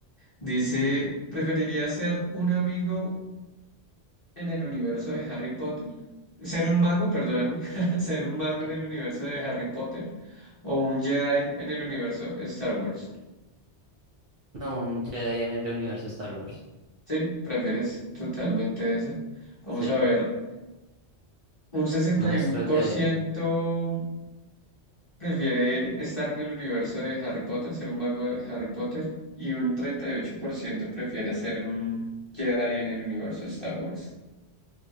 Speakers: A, on the left; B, on the right.
A: Dice, ¿preferiría ser un amigo en el universo de Harry Potter? Ser un mago, perdóname. <laughs> Ser un mago
B: Sí.
A: en el universo de Harry Potter o un Jedi en el universo Star Wars.
B: No, un Jedi en el universo Star Wars.
A: Sí, prefieres totalmente ese. Vamos
B: Sí,
A: a ver, un sesenta
B: maestro
A: y uno por
B: Jedi.
A: ciento. prefiere estar en el universo de Harry Potter, ser un mago de Harry Potter, y un 38% prefiere ser un Jedi en el universo de Star Wars.